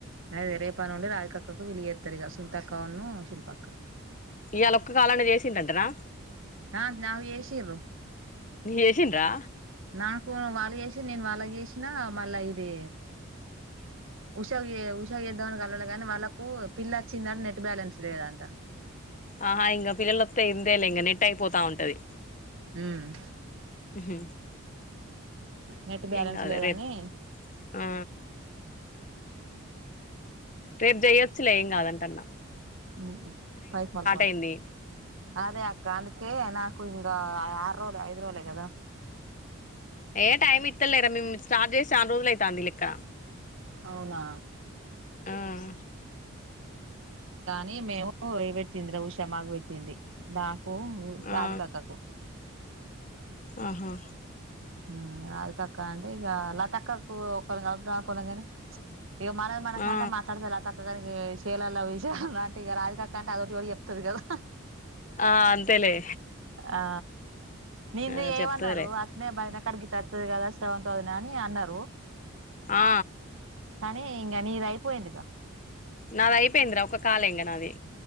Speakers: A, on the right; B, on the left.
A: అదే రేపన్నుండి రాధికక్కకు వీళ్ళు జేత్తారిక సుమ్తక్క వున్ను శిల్పక్క
B: ఇయాళ ఒక్క కాల్ అన్నా చేసిండంటనా
A: ఆ నాకు ఏషిర్రు
B: చేసిండ్రా
A: నాకు వాళ్ళు ఏ <unintelligible> నేను వాళ్ళకు చేసినా మళ్ళా ఇది ఉషాకు ఏ ఉషాకు చేద్దామని కలవలే కాని వాళ్ళకు పిల్ల వచ్చిందని నెట్ బ్యాలెన్స్ లేదంట
B: ఆహా ఇంకా పిల్లలొత్తే ఇందే లే ఇంగ నెట్ ఐపోతా ఉంటది
A: ఉమ్మ్
B: ఉహు
A: నెట్ బ్యాలెన్స్
B: ఏం కాదులే
A: లేదని
B: రేపు ఆ రేపు చెయ్యొచ్చులే ఏం కాదంట అన్న
A: ఉమ్మ్ పైపు మల్కడ
B: అయింది
A: అదే అక్క అందుకే నాకు గే ఆరు రోలే ఐదు రోలే కదా
B: ఏ టైమ్ ఇత్తల్లేరా మి <unintelligible> స్టార్ట్ చేసి చానా రోజులైతాంది ఈ లెక్క
A: అవునా
B: ఊమ్మ్
A: నీ మేము <unintelligible> పెట్టిందిరా ఉష మాకు బెట్టింది ద పు రాధికక్కకు
B: ఆ ఆహా
A: ఉమ్మ్ రాధికక్క అంటే ఇగ లతక్కకు ఒకని కలుపుదామని అనుకున్నా గాని ఇగ మనది మనకంటే
B: ఆ
A: మాట్లాడదా లత తదానికి చేేలల్ల <unintelligible> కక్కంట అదోటి ఇదొటి చెప్తది కదా
B: ఆ అంతేలే
A: ఆ నింది
B: ఆ
A: చెయ్
B: చెప్తదిలే
A: మన్నరు అట్నే బ ఐనకాడికి గితత్తది కదా సెవన్ తౌజనే అని అన్నారు
B: ఆ
A: కానీ ఇంగ నీది అయిపోయిందిగా
B: నాది అయిపోయిందిరా ఒక కాల్ ఏ ఇంగ నాది